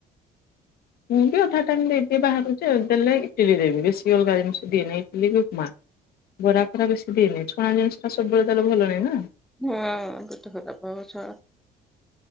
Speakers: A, on the left; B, in the centre.
A: ମୁଁ ବି ଅଧା ଟାଇମ ଟି ବାହାରୁଛି ଦେଲେ ଇଟିଲି ଦେବି ବେଶୀ ଅଲଗା ଜିନିଷ ଦିଏନି ଇଟିଲି କି ଉପମା। ବରା ଫରା ବେଶୀ ଦେଇନି ଛଣା ଜିନିଷା ସବୁବେଳେ ତାହେଲେ ଭଲ ନାହିଁ ନା।
B: ହଁ ଗୋଟେ <unintelligible>